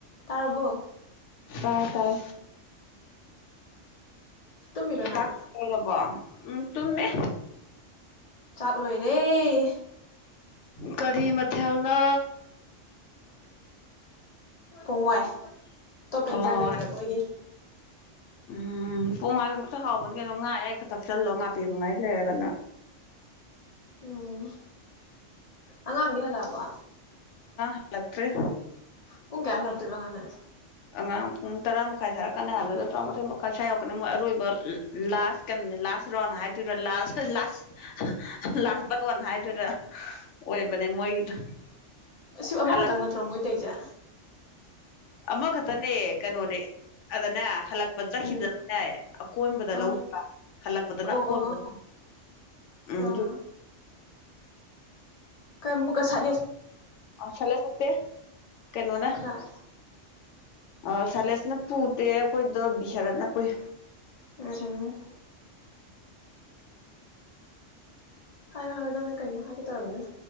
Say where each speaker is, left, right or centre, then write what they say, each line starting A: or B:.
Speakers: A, on the left; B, on the left.
A: ꯇꯥꯔꯥꯔꯕꯣ
B: ꯇꯥꯏ ꯇꯥꯏ
A: ꯇꯨꯝꯃꯤꯔꯣ ꯅꯪ
B: ꯀ ꯑꯣꯏꯔꯔꯕ ꯎꯝ ꯇꯃꯦ
A: ꯆꯥꯛ ꯂꯣꯏꯔꯦ
B: ꯀꯔꯤ ꯃꯊꯦꯅ
A: ꯄꯉꯥꯏ ꯑꯇꯣꯞꯄ
B: ꯄꯣꯡ
A: ꯏꯟꯖꯥꯡ
B: ꯍꯋꯥꯏ
A: ꯂꯩꯊꯔꯄꯣꯏꯒꯤ ꯍꯦꯣ
B: ꯎꯝ ꯄꯨꯡꯉꯥꯒꯤꯃꯨꯛꯇ ꯍꯥꯎꯕꯅꯤ ꯀꯩꯅꯝ ꯉꯥꯛꯑꯦ ꯈꯛꯇꯛ ꯆꯜꯂꯣ ꯉꯇꯤ ꯅꯨꯡꯉꯥꯏ ꯂꯩꯔꯒꯅ
A: ꯎꯝ ꯑꯉꯥꯡꯗꯤ ꯍꯜꯂꯛꯑꯕ
B: ꯂꯂꯛꯇꯔꯤ
A: ꯄꯨꯡ ꯀꯌꯥ ꯂꯥꯛꯇꯣꯏ ꯉꯅ
B: ꯑꯉꯥꯡ ꯄꯨꯡ ꯇꯔꯥ ꯃꯈꯥꯏ ꯊꯥꯔꯛꯀꯅꯤ ꯍꯥꯏꯕꯗꯨꯗ ꯇꯔꯥꯃꯥꯊꯣꯏ ꯃꯈꯥꯏ ꯁ꯭ꯔꯛꯀꯅꯤ ꯃꯣꯏ ꯑꯔꯣꯏꯕ ꯂꯥꯁ ꯀꯩꯅꯣꯅꯦ ꯂꯥꯁ ꯔꯥꯎꯟ ꯍꯥꯏꯗꯣꯏꯔꯥ ꯂꯥꯁ ꯂꯥꯁ ꯂꯥꯁ ꯕꯇꯣꯟ ꯍꯥꯏꯗꯣꯏꯔꯥ ꯑꯣꯏꯕꯅꯦ ꯃꯣꯏꯒꯤꯗꯣ
A: ꯁꯤ ꯑꯃꯈꯛꯇꯪ
B: ꯍꯜꯂꯛ
A: ꯅꯠꯇ꯭ꯔꯣ ꯃꯣꯏꯇꯩꯁꯦ
B: ꯑꯃꯈꯛꯇꯅꯦ ꯀꯩꯅꯣꯅꯦ ꯑꯗꯅꯦ ꯍꯜꯂꯛꯄ ꯆꯠꯈꯤꯕꯗꯅꯦ
A: ꯎꯝ
B: ꯑꯀꯣꯟꯕꯗ
A: ꯑꯥ
B: ꯂꯧꯗ꯭ꯔꯥ ꯍꯜꯂꯛꯄꯗꯅ
A: ꯑꯣ
B: ꯑꯀꯣꯟꯕꯗ
A: ꯑꯣ ꯑꯣ
B: ꯎꯝ
A: ꯑꯥ ꯀ ꯃꯨꯛꯁꯅꯤ
B: ꯑ ꯁꯂꯦꯁ ꯅꯠꯇꯦ ꯀꯩꯅꯣꯅ
A: ꯀꯅꯥ
B: ꯑ ꯁꯂꯦꯁꯅ ꯗꯦ ꯑꯩꯈꯣꯏꯗꯣ ꯕꯤꯁꯥꯔꯠꯅ ꯄꯨꯏ
A: ꯎꯝ ꯎꯝ ꯍꯥꯏꯔꯣ ꯍꯥꯏꯔꯣ ꯅꯪꯅꯦ ꯀꯩꯅꯣ ꯍꯥꯏꯒꯦ ꯇꯧꯔꯝꯃꯤꯅ